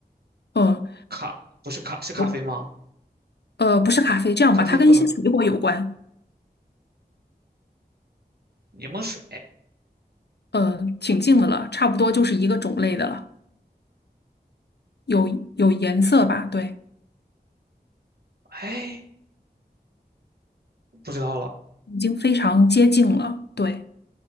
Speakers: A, on the left (about 75°); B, on the right (about 65°).
A: 嗯，
B: 咖，不是咖，是咖啡吗？
A: 我呃不是咖啡，这样吧，
B: 咖啡不能，
A: 它跟一些水果有关。
B: 柠檬水。
A: 嗯，挺近的了，差不多就是一个种类的了，有有颜色吧？对，
B: 哎，不知道了
A: 已经非常接近了。对，